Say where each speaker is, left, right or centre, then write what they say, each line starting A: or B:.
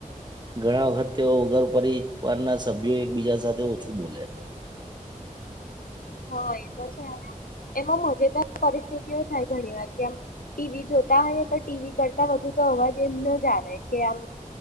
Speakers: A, on the right; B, on the left.
A: ઘણા વખત તેઓ વગર પરિવારના સભ્યો એકબીજા સાથે ઓછું બોલે.
B: હા એ તો છે એમાં મજેદાર પરિસ્થિતિ થાય ઘણી વાર કે આમ ટીવી જોતા હોયએ તો ટીવી કરતા વધુ તો અવાજ એમ ન જ આવે કે આમ